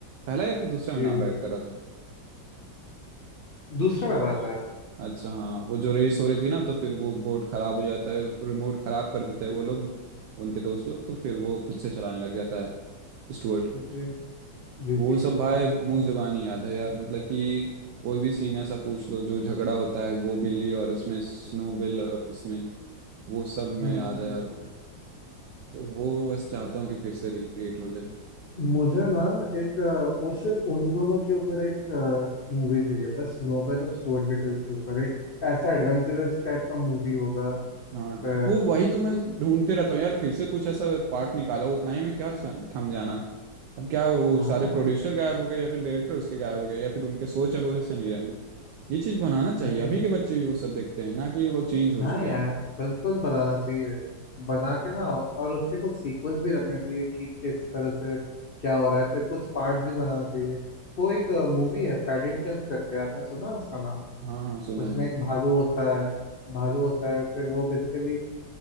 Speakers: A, on the right; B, on the left.
A: पहला या फिर दूसरा में
B: जी
A: नाव
B: जी
A: राइड कर रहा था
B: दूसरे में था शायद
A: अच्छा हाँ वो जो रेस हो रही थी ना तो फिर वो बोर्ड खराब हो जाता है रिमोट खराब कर देते हैं
B: जी
A: वो लोग उनके दोस्त लोग तो फिर वो खुद से चलाने लग जाता है स्टुअर्ट
B: जी जी
A: वो
B: जी
A: सब भाई मुंह जुबानी याद है यार मतलब कि कोई भी सीन ऐसा पूछ लो जो झगड़ा होता है वो बिल्ली और उसमें स्नोबिल और उसमें वो सब
B: हम्म
A: मैं याद
B: हम्म
A: है यार
B: हम्म।
A: तो वो बस चाहता हूँ कि फिर से रिक्रिएट हो जाए
B: मुझे ना एक अ, वो सिर्फ उन दोनों के ऊपर एक मूवी चाहिए बस नोबेल और स्टुअर्ट लिटिल के ऊपर एक ऐसा एडवेंचरस टाइप का मूवी होगा
A: हाँ
B: पर
A: वो वही तो मैं ढूंढते रहता हूँ यार फिर से कुछ ऐसा पार्ट निकाला उतना ही में क्या सम- थम जाना अब क्या वो
B: हाँ
A: सारे प्रोड्यूसर गायब हो गए या फिर डायरेक्टर उसके गायब हो गए या फिर उनके सोच अब वैसे नहीं रहे ये चीज बनाना चाहिए
B: हम्म।
A: अभी के बच्चे भी वो सब देखते हैं ना कि वो चेंज हो
B: हाँ
A: चुके
B: यार
A: हैं
B: बिल्कुल बताना चाहिए बना के ना और उसके कुछ सीक्वल्स भी रखने चाहिए कि किस तरह से क्या हो रहा है फिर कुछ पार्ट्स भी बनाना चाहिए वो एक मूवी है पैडिंगटन करके आपने सुना उसका नाम
A: हाँ हाँ सुना
B: उसमें
A: है
B: एक भालू होता है भालू होता है फिर वो बेसिकली